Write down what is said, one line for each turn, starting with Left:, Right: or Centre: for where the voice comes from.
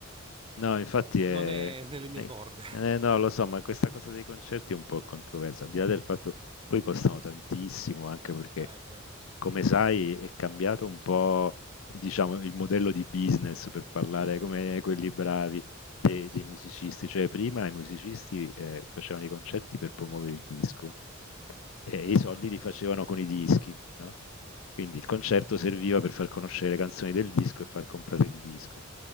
Left: No, infatti è...
Right: Non è nelle mie
Left: è-
Right: corde.
Left: eh, no, lo so, ma questa cosa dei concerti è un po' controversa, al di là del fatto poi costano tantissimo, anche
Right: <laughs>
Left: perché,
Right: eh, quello sì.
Left: come sai, è cambiato un po', diciamo, il modello di business per parlare
Right: Mm-mm,
Left: come quelli bravi dei,
Right: sì,
Left: dei musicisti. Cioè, prima i musicisti eh, facevano i concerti per promuovere il disco e
Right: eh,
Left: i soldi
Right: ora non
Left: li
Right: più.
Left: facevano con i dischi, no? Quindi il concerto serviva per far conoscere le canzoni del disco e far comprare il disco.